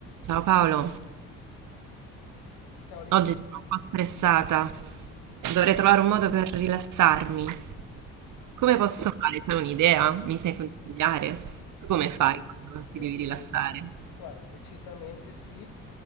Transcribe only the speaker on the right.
Ciao Paolo,
oggi sono un po' stressata. Dovrei trovare un modo per rilassarmi. Come
posso fare? C'è un'idea? Mi sai consigliare? Tu
come fai
quando
ti devi
rilassare?